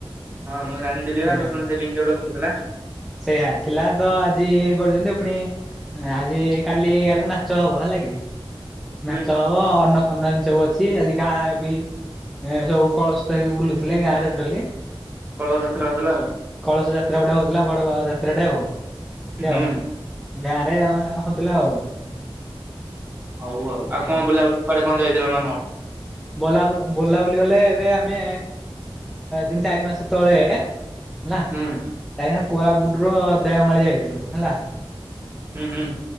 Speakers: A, on the right; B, in the centre.
A: ହଁ ମୁଁ ଜାଣିଥିଲି
B: ସେଇଆ।
A: ବା ମୁଁ ଶୁଣିଥିଲି କିଏ ଗୋଟେ କହୁଥିଲା।
B: ସେଇଆ ଥିଲା ତ ଆଜି କରୁଛନ୍ତି ଫୁଣି। ଆଜି କାଲି ଆଡକୁ ନାଚ ହବ ହେଲା କି। ନାଚ
A: ହୁଁ
B: ହବ ଅନ୍ନ ଫର୍ଣ୍ଣ ଏମିତି ସବୁ ଅଛି ଆଜି ଗାଁ ବି ଏ ସବୁ କଳସ ଧରିକି ବୁଲୁ ଥିଲା ଗାଁ ରେ ଟୋଟାଲି।
A: କଳସ ଯାତ୍ରା ହେଉଥିଲା ଆଉ।
B: କଳସ ଯାତ୍ରା ଗୋଟେ ହଉଥିଲା ବଡ ଗୋଟେ ଯାତ୍ରାଟା ଆଉ ଏମତି
A: ହୁଁ
B: ଆଉ। ଗାଁରେ ଆଉ ହଉଥିଲା ଆଉ।
A: ହଉ ଆଉ
B: ସେଇଆ।
A: ଆଉ କଁ ବୁଲା ବୁଲି କୁଆଡ଼େ କଁ ଯାଇଥିଲ ନାଁ କଁ।
B: ବୋଲା ବୁଲ ବୁଲା ବୁଲି ଗଲେ ଏବେ ଆମେ ତିନି ଚାରି ମାସ ତଳେ ହେଲା
A: ହୁଁ
B: ଯାଇଥିଲୁ କୋରାପୁଟ ର ଦେଓମାଳି ଯାଇଥିଲୁ ହେଲା।
A: ହୁଁ -ହୁଁ।